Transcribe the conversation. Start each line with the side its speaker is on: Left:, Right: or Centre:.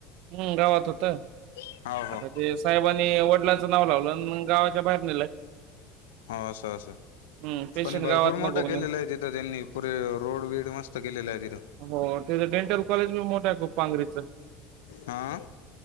Right: हम्म गावात होत आता
Left: का हो हो
Right: ते साहेबांनी वडला- नाव लावलं गावाच्या बाहेर नेलं-
Left: होा असं असं
Right: हम्म पेशंट
Left: पण भरपूर
Right: गावात
Left: मोठा
Right: नको
Left: केलेला
Right: म्हणून
Left: आहे तिथं त्यांनी पुरे- रोड बीड मस्त केलेलं आहे तिथं
Right: हो ते डेंटल कॉलेज बी मोठ आहे खूप पांगरीच
Left: हा